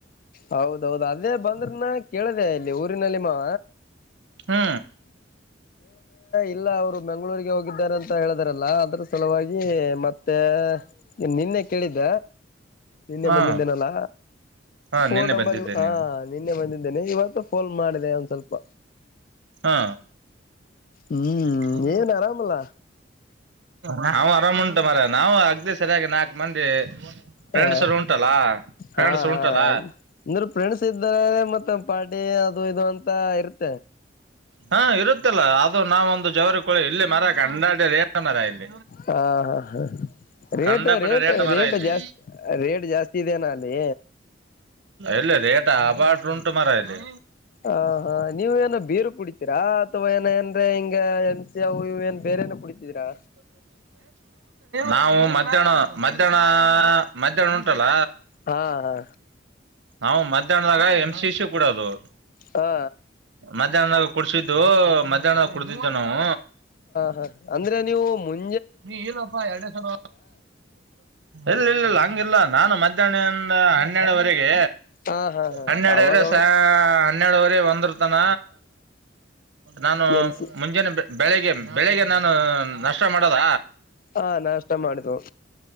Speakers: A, on the left; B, on the right.
A: ಹೌದೌದು ಅದೇ ಬಂದ್ರನ ಕೇಳಿದೆ ಇಲ್ಲಿ ಊರಿನಲ್ಲಿ ಮಾ
B: ಹ್ಮ
A: ಇಲ್ಲ ಅವರು ಬೆಂಗಳೂರಿಗೆ ಹೋಗಿದ್ದಾರೆ ಅಂತ ಹೇಳಿದಾರಲ್ಲ ಅದ್ರ ಸಲುವಾಗಿ ಮತ್ತೆ ನಿನ್ನೆ ಕೇಳಿದ್ದ ನಿನ್ನೆ
B: ಹಾ
A: ಬಂದಿದ್ದೇನಲ್ಲ
B: ಹಾ
A: ಫೋನ್
B: ನಿನ್ನೆ
A: ನಂಬರ್
B: ಬಂದಿದ್ದೆ
A: ಇ ಹಾ
B: ನೀನು
A: ನಿನ್ನೆ ಬಂದಿದ್ದೇನೆ ಇವತ್ತು ಫೋನ್ ಮಾಡಿದೆ ಸ್ವಲ್ಪ
B: ಹಾ
A: ಹ್ಮ್
B: ಹದಾರ
A: ಏನ್ ಆರಾಮಲ್ಲ
B: ನಾ್ ಆರಾಮ್ ಉಂಟ ಮರ ನಾವು ಅಗ್ದಿ ಸರಿಯಾಗಿ ನಾಕ್ ಮಂದಿ ಫ್ರೆಂಡ್ಸರು
A: ಹಾ
B: ಉಂಟಲ್ಲ ಫ್ರೆಂಡ್ಸ್
A: ಹಾ ಹಾ
B: ಉಂಟಲ್ಲ
A: ಇ್ರ ಫ್ರೆಂಡ್ಸ್ ಇದ್ದಾರೆ ಮತ್ತ ಪಾಟಿ ಅದು ಇದು ಅಂತ ಇರ್ತ
B: ಹಾ ಇರುತ್ತಲ್ಲ ಅದು ನಾವೊಂದು ಜವರ ಕೊಳಿ ಇಲ್ಲಿ ಮರಕ್ಕೆ ಅಂಡಾಡ ಮರಲ್ಲ
A: ಹಾ ಹಾ ಹಾ ರೇಟ್
B: ಕಂಡಪಟ್ಟ
A: ರೇಟ್
B: ರೇಟ ಮರ
A: ರೇಟ್
B: ಇಲ್ಲೇ
A: ಜಾಸ್ತಿ ರೇಟ್ ಜಾಸ್ತಿ ಇದೆನಾ ಅಲ್ಲಿ
B: ಇಲ್ಲಿ ರೇಟ ಆಬಾಟ್ ಉಂಟು ಮರ ಇಲ್ಲಿ
A: ಹ ಹಾ ನೀವ ಏನು ಬೀರು ಕುಡಿತೀರಾ ಅಥವಾ ಏ ಏನ್್ರೆ ಹಿಂಗ ಎನ್್ಸಿವು ಇವು ಏನ್ ಬೇರೆ ಏನ ಕುಡಿತಿದೀರಾ
B: ನಾವು ಮಧ್ಯಾಹ್ನ ಮಧ್ಯಾಹ್ನ ಮಧ್ಯಾಹ್ನ ಉಂಟಲ್ಲ
A: ಹಾ ಹಾ
B: ನ ಮಧ್ಯಾಹ್ನದಾಗ ಎಂ್ ಸಿಶು ಕೂಡದು
A: ಹಾ
B: ಮಧ್ಯಾಹ್ನದಾಗ ಕುಡಸಿದ್ದು ಮಧ್ಯಾಹ್ನದಾಗ ಕುಡಿದ್ದು ನಾವು
A: ಹ ಅಂದ್ರೆ ನೀವು ಮುಂ
B: ನೀ ಇಲ್ಲಪ್ಪ ಎರ ಸರ ಇಲ್ಲ ಇ ಇ ಹಂಗಿಲ್ಲ ನಾನು ಮಧ್ಯಾಹ್ನದಿಂದ ಹನ್ನೆರಡು ವರೆಗೆ
A: ಹಾ ಹಾ ಹಾ
B: ಹನ್ನೆರಡುವರೆ
A: ಅವಾಗ
B: ಸಾ ಹನ್ನೆರಡುವರೆ ಒಂದ್ರು ತನ ನಾನು
A: ಎಂ ಸಿ
B: ಮುಂಜಾನೆ ಬೆ ಬೆಳಿಗ್ಗೆ ಬೆಳಿಗ್ಗೆ ನಾನು ನಾಷ್ಟ ಮಾಡೋದ
A: ಹ ನಾಷ್ಟ ಮಾಡಿದ್ವು